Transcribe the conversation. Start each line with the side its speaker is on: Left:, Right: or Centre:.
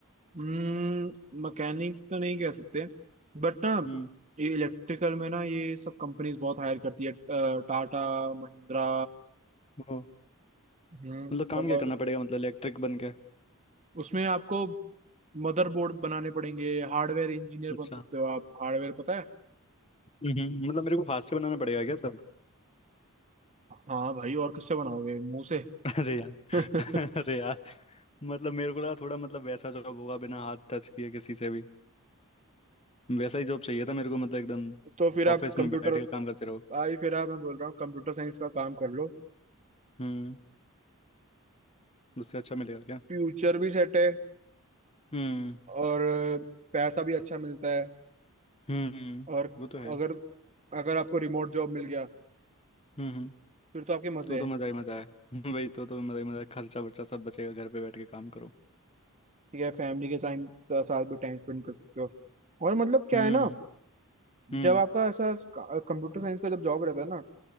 Right: हम्म मैकेनिक तो नहीं कह सकते बट ना
Left: हम्म
Right: ये इलेक्ट्रिकल में ना ये सब कंपनीज बहुत हायर करती है अ, टाटा महिंद्रा
Left: वो
Right: हम्म
Left: मतलब काम
Right: और
Left: क्या करना पड़ेगा मतलब इलेक्ट्रिक बन के
Right: उसमें आपको मदरबोर्ड बनाने पड़ेंगे हार्डवेयर इंजीनियर
Left: अच्छा
Right: बन सकते हो आप हार्डवेयर पता है
Left: हम्म मतलब मेरे को हाथ से बनाना पड़ेगा क्या सब
Right: हाँ भाई और किससे बनाओगे मुंह से
Left: अरे यार
Right: <laughs>
Left: <laughs> अरे यार मतलब मेरे को लगा थोड़ा मतलब वैसा जॉब होगा बिना हाथ टच किए किसी से भी वैसा ही जॉब चाहिए था मेरे को मतलब एकदम
Right: तो फिर आप
Left: ऑफिस
Right: कंप्यूटर
Left: में बैठ के काम करते रहो
Right: भाई फिर आप मैं बोल रहा हूँ कंप्यूटर साइंस का काम कर लो
Left: हम्म उससे अच्छा मिलेगा क्या
Right: फ्यूचर भी सेट है
Left: हम्म
Right: और पैसा भी अच्छा मिलता है
Left: हम्म
Right: और
Left: वो तो है
Right: अगर अगर आपको रिमोट जॉब मिल गया
Left: हम्म हम्म,
Right: फिर तो आपके मजे
Left: तो तो
Right: हैं
Left: मजा ही मजा है <laughs> हम्म, वही तो तो मजा ही मजा है खर्चा वर्चा सब बचेगा घर पे बैठ के काम करो
Right: ठीक है फैमिली के टाइम साथ भी टाइम स्पेंड कर सकते हो और मतलब क्या
Left: हम्म
Right: है ना
Left: हम्म
Right: जब आपका ऐसा कंप्यूटर साइंस का जब जॉब रहता है ना